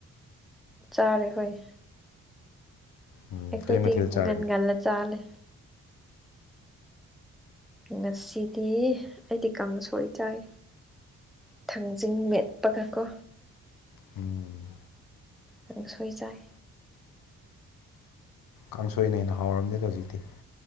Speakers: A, in the centre; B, on the left.
A: ꯆꯥꯔꯦ ꯍꯣꯏ
B: ꯎꯝ
A: ꯑꯩꯈꯣꯏꯗꯤ
B: ꯀꯩ ꯃꯊꯦꯜ ꯆꯥꯔꯒꯦ
A: ꯒꯟ ꯉꯂ ꯆꯥꯂꯦ ꯉꯁꯤꯗꯤ ꯑꯩꯗꯤ ꯀꯥꯡꯁꯣꯏ ꯆꯥꯏ ꯊꯥꯡꯖꯤꯡ ꯃꯦꯠꯄꯒꯀꯣ
B: ꯎꯝ
A: ꯀꯥꯡꯁꯣꯏꯆꯥꯏ
B: ꯀꯥꯡꯁꯣꯏꯅ ꯍꯦꯟꯅ ꯍꯥꯎꯔꯝꯅꯤꯗ ꯍꯧꯖꯤꯛꯇꯤ